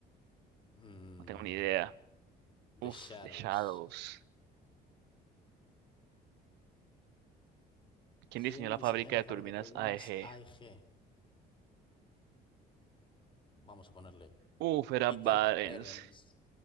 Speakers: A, on the left; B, on the right.
A: Mm,
B: No tengo ni idea.
A: The
B: Uf,
A: Shadows.
B: The Shadows. ¿Quién
A: ¿Quién
B: diseñó la
A: diseñó
B: fábrica
A: la
B: de
A: fábrica
B: turbinas
A: de turbinas
B: AEG?
A: AEG? Vamos a ponerle
B: Uf, era
A: Peter
B: Barents.
A: Behrens.